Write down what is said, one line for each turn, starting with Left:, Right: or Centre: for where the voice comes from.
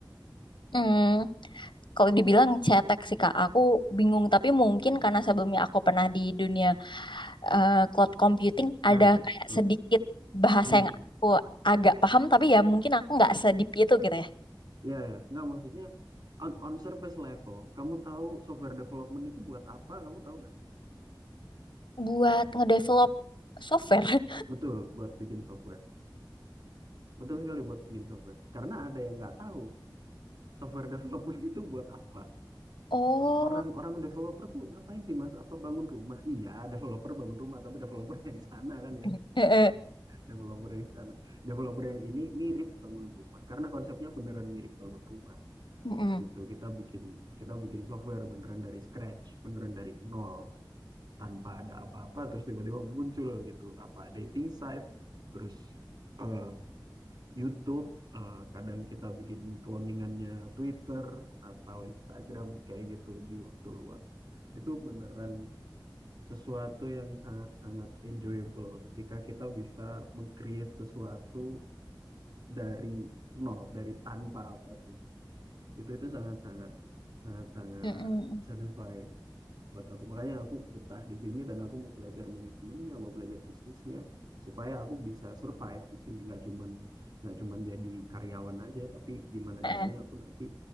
Left: mm. Kalau dibilang cetek sih Kak, aku bingung. Tapi mungkin karena sebelumnya aku pernah di dunia eh, cloud computing,
Right: Nah,
Left: ada kayak
Right: tuh.
Left: sedikit bahasa
Right: Hmm.
Left: yang aku agak paham, tapi ya mungkin aku nggak sedip itu gitu ya.
Right: Ya ya, nggak maksudnya on, on surface level, kamu tahu software development itu buat apa? Kamu tahu nggak?
Left: Buat ngedevelop software.
Right: Betul, buat bikin software. Betul sekali buat bikin software. Karena ada yang nggak tahu software development <laughs> itu buat apa.
Left: <laughs> oh,
Right: Seorang orang developer tuh ngapain sih Mas? Apa bangun rumah? Iya, developer bangun rumah, tapi developer yang sana kan ya.
Left: <laughs>
Right: developer yang sana. Developer yang ini mirip bangun rumah karena konsepnya beneran mirip bangun rumah
Left: Mm, mm.
Right: gitu. Kita bikin kita bikin software beneran dari scratch, beneran dari nol tanpa ada apa-apa terus tiba-tiba muncul gitu apa dating site terus eh, YouTube eh, kadang kita bikin cloningannya Twitter atau Instagram kayak gitu di waktu luang. Itu beneran sesuatu yang sangat-sangat enjoyable ketika kita bisa meng-create sesuatu dari nol, dari tanpa apapun. Itu itu sangat-sangat sangat-sangat
Left: Mm, mm.
Right: satisfying buat aku. Makanya aku betah di sini dan aku mau belajar manajemennya, mau belajar bisnisnya supaya aku bisa survive di sini. Nggak cuman nggak cuman jadi karyawan aja, tapi gimana
Left: Eh,
Right: caranya aku nanti